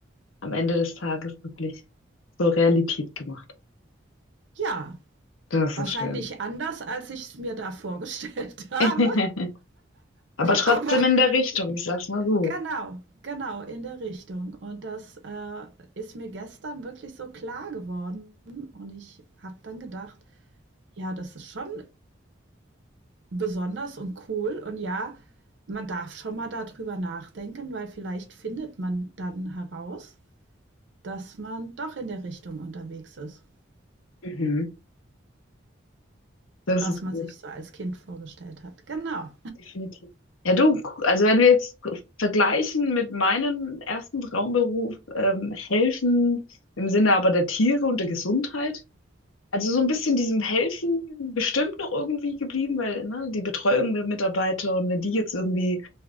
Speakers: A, on the left; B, on the right.
A: am Ende des Tages wirklich zur Realität gemacht.
B: ja,
A: Das
B: wahrscheinlich
A: ist schön.
B: anders, als ich es mir da vorgestellt <laughs> habe.
A: <laughs> Aber trotzdem
B: Aber
A: in der Richtung, ich sag's mal so.
B: Genau, genau, in der Richtung. Und das äh, ist mir gestern wirklich so klar geworden. Und ich habe dann gedacht, ja, das ist schon besonders und cool. Und ja, man darf schon mal darüber nachdenken, weil vielleicht findet man dann heraus, dass man doch in der Richtung unterwegs ist,
A: Mhm. Das
B: was
A: ist
B: man
A: gut,
B: sich so als Kind vorgestellt hat. Genau,
A: definitiv. Ja, du, also wenn wir jetzt vergleichen mit meinem ersten Traumberuf, ähm, helfen im Sinne aber der Tiere und der Gesundheit, Also so ein bisschen diesem Helfen bestimmt noch irgendwie geblieben, weil ne, die Betreuung der Mitarbeiter und wenn die jetzt irgendwie